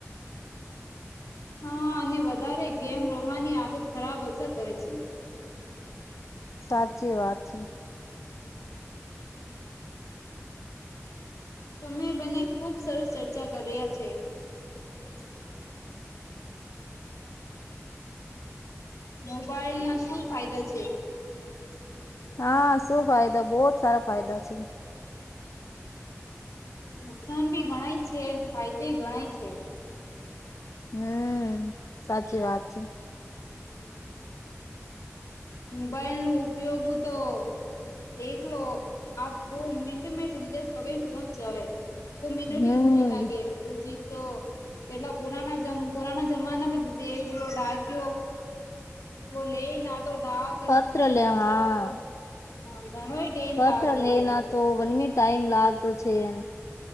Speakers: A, on the left; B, on the left.
A: હા, અને વધારે ગેમ રમવાની આદત ખરાબ અસર કરે છે.
B: સાચી વાત છે.
A: તમે બને ખુબ સરસ ચર્ચા કર્યા છે. <unintelligible> <inaudible> મોબાઈલ ના શું ફાયદા છે?
B: હા શું ફાયદા બહુત સારા ફાયદા છે.
A: નુકસાન ભી ગણાય છે ફાયદો ગણાય છે
B: હમ સાચી વાત છે
A: <inaudible> મોબાઈલ ન ઉપયોગ તો દેખલો લો આપ દો મિનિટ મે સંદેશ પગ પહોંચ જવે ઓ મિનટ
B: હમ
A: કોની લાગે બુજી તો પેલા પુરાના જમ પુરાણા જમાના મે તો દેલો ડાક્યો લે ના. તો ડાક અને
B: પત્ર
A: પછી
B: લે
A: પહોંચા
B: હા
A: તો હા ઘણોય ટેમ
B: પત્ર
A: લાગતો
B: લે
A: છે
B: ના તો વનમી ટાઈમ લાગતો છે. એ